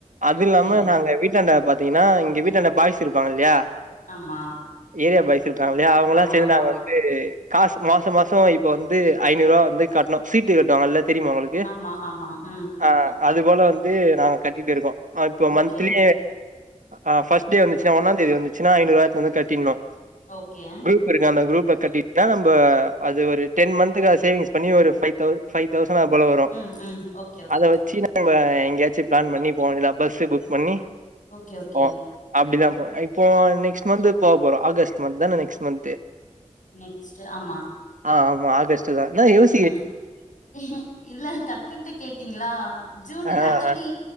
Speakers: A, on the right; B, on the left.
A: அது
B: ஓகே
A: இல்லாம நாங்க வீட்டாண்ட பாத் தீங்னா இங்க வீட்டாண்ட பாய்ஸ் இருப்பாங்கல்யா
B: ஆமா
A: ஏரியா பாய்ஸ் இருக்காங்ல்லயா அவுங்களா
B: ஆமா
A: சேந்து
B: ஆமா
A: நாங்க வந் து காஸ் மாச மாசொ இப்ப வந்து ஐநூரூவா வந்து கட்ணு சீட்டு கட்வாங்கல்லா தெரியுமா உங்களுக் கு
B: ஆமா ஆமா ம்
A: ஆ அது போல வந்து நாங்க கட்டிட்டு இருக்கோ அப்போ
B: ஓகே
A: மந்த்லி ஆ ஃபஸ்ட் டே வந்துச்னா ஒன்னாந் தேதி வந்துச்சினா ஐநூர்வா எடுத்து வந்து கட்டிணு
B: ஓக்கே
A: ருக்கு அந்த குரூப்ல கட்டிட்டா நம்ப அது ஒரு டென் மந்த்துகு அத் சேவிங்ஸ் பண்ணி ஒரு ஃபைவ் தௌ ஃபைவ் தௌசண் அது போல வரு
B: ம் ம் ஓகே ஓகே
A: அத வச்சி நம் நம்ப எங்கயாச்சு பிளான் பண்ணி போவேண்டிதா பஸ்ஸு புக் பண்ணி
B: ஓக்கே ஓக்கே
A: போவோ அப்டிதா போ இப்போ நெக்ஸ்ட் மந்த் போ போறோ ஆகஸ்ட் மந்த் தான நெக்ஸ்ட் மந்த்து
B: நெக்ஸ்ட்டு ஆம்மா
A: ஆ ஆமா ஆகஸ் டு தா என்ன யோஸ்
B: ம் இல்ல டக்குன்ட்டு கேட்டீங்ளா ஜூன்
A: ஆ
B: ஆக்சுவலி
A: ஆ